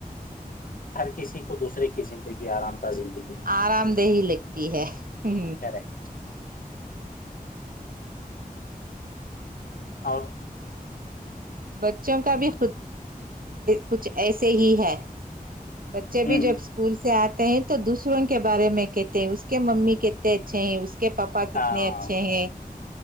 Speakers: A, on the left; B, on the right.
A: ہر کسی کو دوسرے کی زندگی آرام دہ زندگی
B: آرام دہ ہی لے ہوتی ہے ہ
A: کرریک اور
B: بچوں کا بھی خود کچھ ایسے ہی ہے بچے بھی
A: ہوں
B: جب اسکول سے آتے ہیں تو دوسروں کے بارے میں کہتے ہیں اس کے ممی کتنے اچھے ہیں اس کے اس کے پاپا کتنے
A: ہاں
B: اچھے ہیں